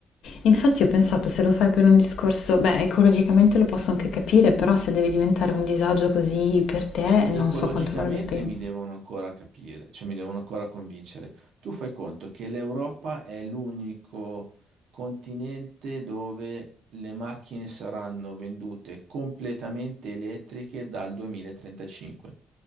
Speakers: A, on the left; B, on the right.
A: Infatti ho pensato se lo fai per un discorso, beh, ecologicamente lo posso anche capire, però se deve diventare un disagio così per te,
B: Beh, ecologicamente
A: non so quanto vale la pena.
B: mi devono ancora capire, cioè mi devono ancora convincere. Tu fai conto che l'Europa è l'unico continente dove le macchine saranno vendute completamente elettriche dal 2035,